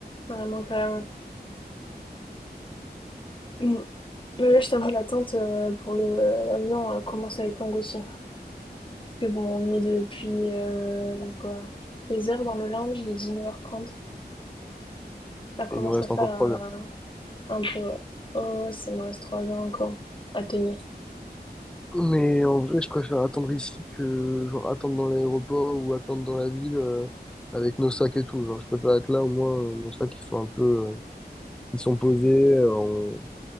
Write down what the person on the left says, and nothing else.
Carrément, carrément. Mm. Mais là, je t'avoue, l'attente euh, pour le, l'avion euh, commence à être longue aussi. Parce que bon, on est depuis, euh, quoi, 16 heures dans le lounge, il est neuf heures trente, Ça commence
à faire
euh,
un peu, ouais. Oh, ouais, ça me reste 3 heures encore à tenir.